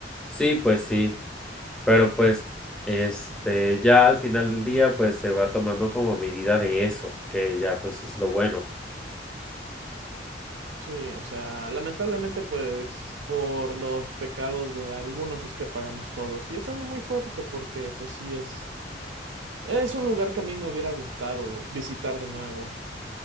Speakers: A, in the centre; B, on the right.
A: Sí, pues sí, pero pues este ya al final del día pues se va tomando como medida de eso, que ya pues es lo bueno.
B: Sí, o sea, lamentablemente pues por los pecados de algunos es que pagamos todos y es algo muy fuerte porque pues sí es es un lugar que a mí me hubiera gustado visitar de nuevo.